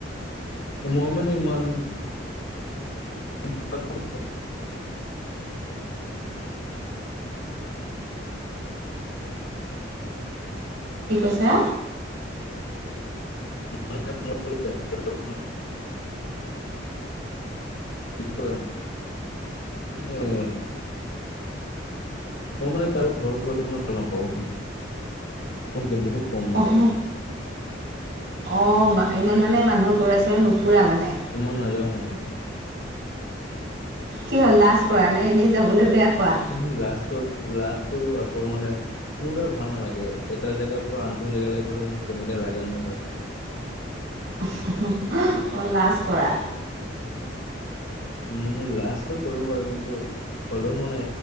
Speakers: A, on the left (about 80°); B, on the right (about 80°).
A: মই মানে ইমান <unintelligible>
B: কি কৈছা?
A: <unintelligible> <unintelligible> <unintelligible> এ মই মানে কাৰো ঘৰত যোৱাটো মানে ভাল নাপাও। <unintelligible> বহুত কম মই
B: অহ
A: যাওঁ
B: অ ইমান মানে মানুহৰ ঘৰে-চৰে নুফুৰা মানে।
A: ইমান নাযাওঁ মানে।
B: কি হ'ল লাজ কৰা নে এনেই যাবলৈ বেয়া পোৱা?
A: ওহো লাজ কৰ লাজ কৰো আকৌ মানে মোৰ তাৰ ভাল নালাগে। এটা জেগাৰ পৰা আনটো জেগালে গ'লে মানে কেনেকে লাগে মোৰ তাৰ।
B: অহ অ লাজ কৰা।
A: উ লাজটো কৰো বাৰু কিন্তু হ'লেও মানে